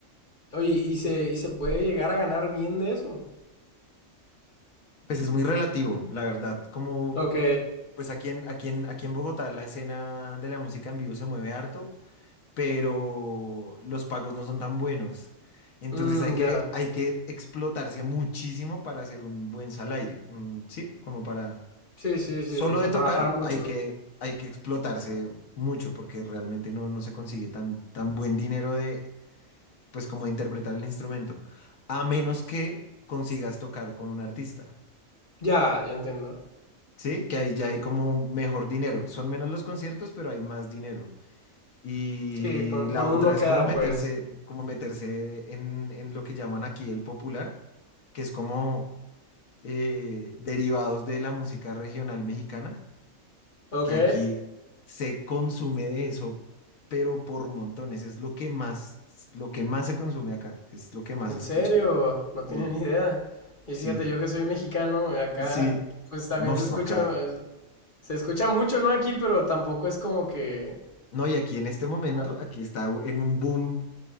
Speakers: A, on the left; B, on the left.
A: Oye, ¿y se, y se puede llegar a ganar bien de eso?
B: Pues es muy relativo, la verdad, como
A: Ok.
B: Pues aquí en, aquí en, aquí en Bogotá la escena de la música en vivo se mueve harto, pero los pagos no son tan buenos. Entonces
A: Mm,
B: hay que,
A: ya.
B: hay que explotarse muchísimo para hacer un buen salario. un- sí, como para...
A: Sí, sí, sí.
B: Solo
A: O sea,
B: de tocar
A: trabajar mucho.
B: hay que, hay que explotarse mucho porque realmente no, no se consigue tan, tan buen dinero de, pues como de interpretar el instrumento, a menos que consigas tocar con un artista.
A: Ya, ya entiendo.
B: Sí, que ahí ya hay como un mejor dinero. Son menos los conciertos, pero hay más dinero. Y
A: Sí, con,
B: la
A: con
B: otra
A: uno queda
B: es como meterse,
A: pues.
B: como meterse en, en lo que llaman aquí el popular, que es como eh, derivados de la música regional mexicana,
A: Ok.
B: que aquí se consume de eso, pero por montones. Es lo que más, lo que más se consume acá, es lo que más
A: ¿En
B: se
A: serio?
B: escucha.
A: No tienen
B: Sí,
A: ni idea. Y
B: sí,
A: fíjate, yo que soy mexicano, acá
B: sí.
A: pues también
B: No, esto
A: se escucha,
B: acá.
A: Se escucha mucho, ¿no? Aquí, pero tampoco es como que...
B: No, y aquí en este momento,
A: Ajá.
B: aquí está en un boom